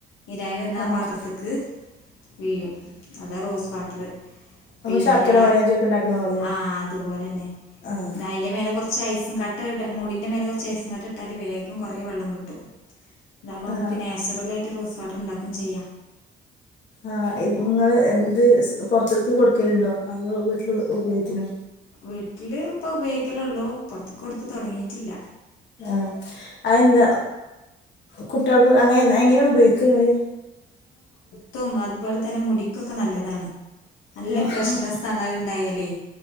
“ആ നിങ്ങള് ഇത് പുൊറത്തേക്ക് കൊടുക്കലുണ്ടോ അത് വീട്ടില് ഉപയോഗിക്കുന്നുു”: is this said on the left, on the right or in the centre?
Left